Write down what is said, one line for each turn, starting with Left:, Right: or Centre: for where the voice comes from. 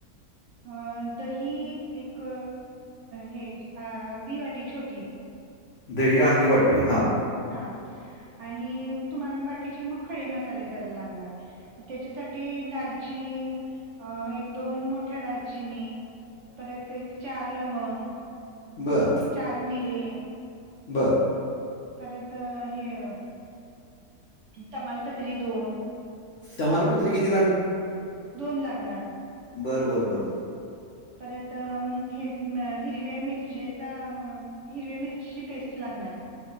Right: अ दही एक हे अर्धी वाटी छोटी.
Left: दही अर्धी वाटी हा.
Right: हा आणि तुम्हाला बाकीचे मग खडे मसाले जरा लागणार. तेच्यासाठी डालचिनी अ एक दोन मोठ्या डालचिनी. परत एक चार लवंग.
Left: बरं.
Right: चार मिरी.
Left: बरं.
Right: परत हे अ तमालपत्री दोन.
Left: तमालपत्री किती
Right: दोन लागणार.
Left: बरं बरं बरं.
Right: परत हे हिरव्या मिरचेचा हिरव्या मिरचीची पेस्ट लागणार.